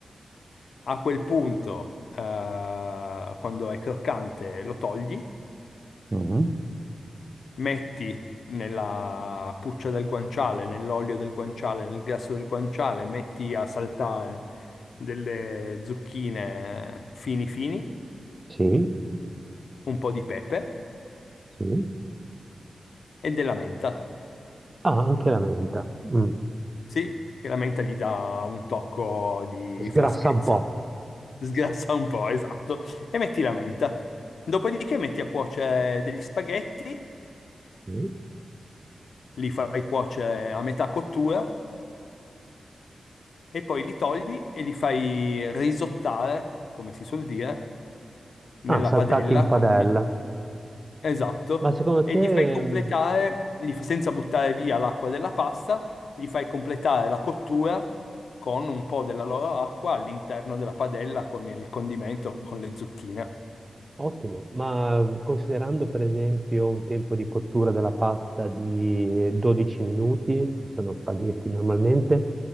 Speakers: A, on the left; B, on the right.
A: A quel punto, eh, quando è croccante, lo togli,
B: mhm,
A: metti nella puccia del guanciale, nell'olio del guanciale, nel grasso del guanciale, metti a saltare delle zucchine fini fini,
B: sì,
A: un po' di pepe
B: sì.
A: e della menta.
B: Ah, anche la menta. Mm.
A: Sì, perché la menta gli dà un tocco di
B: Sgrassa
A: freschezza.
B: un po'.
A: Sgrassa un po', esatto. E metti la menta. Dopodiché metti a cuocere degli spaghetti
B: Sì.
A: li fai cuocere a metà cottura e poi li togli e li fai risottare, come si suol dire, nella
B: Ah, saltati
A: padella
B: in padella.
A: con... Esatto,
B: Ma secondo
A: e
B: te,
A: gli fai completare,
B: mh,
A: gli f- senza buttare via l'acqua della pasta, gli fai completare la cottura con un po' della loro acqua all'interno della padella con il condimento, con le zucchine.
B: ottimo, ma considerando per esempio un tempo di cottura della pasta di 12 minuti, se sono spaghetti normalmente,